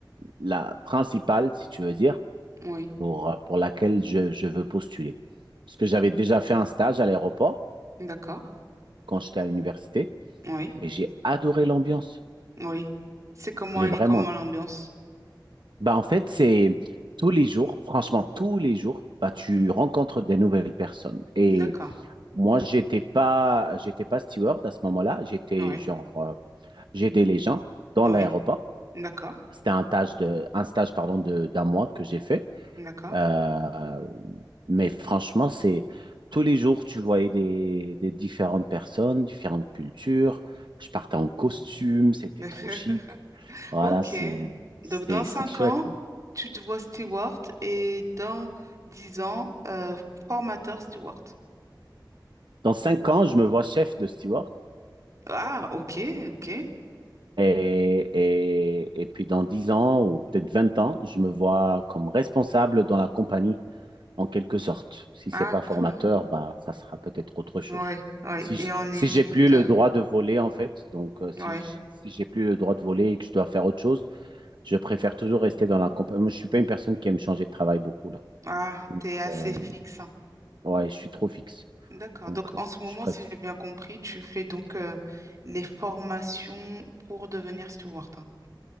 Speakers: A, on the right (about 80°); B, on the right (about 45°).
A: la principale, si tu veux dire,
B: Oui,
A: pour, euh, pour laquelle je, je veux postuler. Parce que j'avais déjà fait un stage à l'aéroport
B: d'accord.
A: quand j'étais à l'université
B: Oui,
A: et j'ai adoré l'ambiance.
B: oui. C'est comment
A: J'ai
B: elle
A: vraiment.
B: est, comment l'ambiance.
A: Bah, en fait, c'est tous les jours, franchement, tous les jours, bah, tu rencontres des nouvelles personnes. Et
B: D'accord.
A: Moi, j'étais pas, j'étais pas steward à ce moment-là. J'étais
B: Oui.
A: genre, euh, j'aidais les gens dans
B: Oui,
A: l'aéroport.
B: d'accord,
A: C'était un stage de, un stage, pardon, de, d'un mois que j'ai fait.
B: d'accord.
A: Euh, mais franchement, c'est tous les jours, tu voyais des, des différentes personnes, différentes cultures. Je partais en costume, c'était
B: <laughs>
A: trop chic. Voilà,
B: Ok.
A: c'est, c'est,
B: Donc, dans 5
A: c'est chouette.
B: ans, tu te vois steward et dans 10 ans, euh, formateur steward.
A: Dans cinq ans, je me vois chef de steward.
B: Ah, ok, ok.
A: Et, et- et puis dans 10 ans ou peut-être 20 ans, je me vois comme responsable dans la compagnie en quelque sorte. Si
B: Ah,
A: c'est pas formateur,
B: cool.
A: bah, ça sera peut-être autre chose.
B: Ouais, ouais.
A: Si
B: Et
A: je-
B: en Égypte,
A: si j'ai plus le
B: euh,
A: droit de voler en fait, donc euh, si
B: ouais.
A: je- si j'ai plus le droit de voler et que je dois faire autre chose, je préfère toujours rester dans la compagnie. Moi, je suis pas une personne qui aime changer de travail beaucoup là.
B: Ah,
A: Donc,
B: t'es assez
A: euh,
B: fixe. hein.
A: ouais, je suis trop fixe.
B: D'accord.
A: Donc
B: Donc,
A: euh,
B: en ce moment,
A: je préfère.
B: si j'ai bien compris, tu fais donc euh, les formations pour devenir steward. hein.